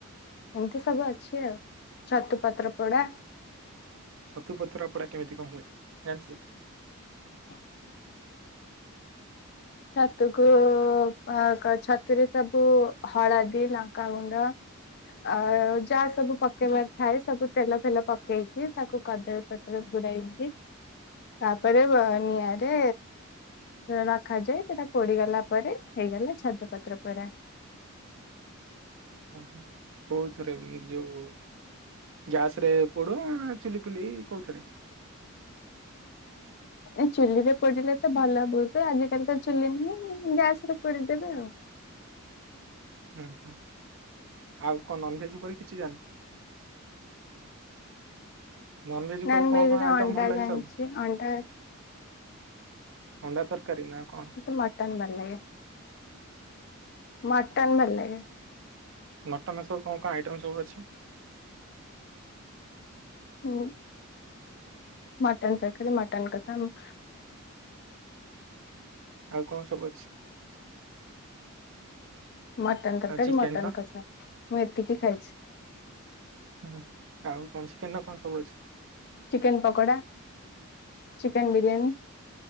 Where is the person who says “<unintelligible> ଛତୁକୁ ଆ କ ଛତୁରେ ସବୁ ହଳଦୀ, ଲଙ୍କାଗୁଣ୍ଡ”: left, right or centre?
Left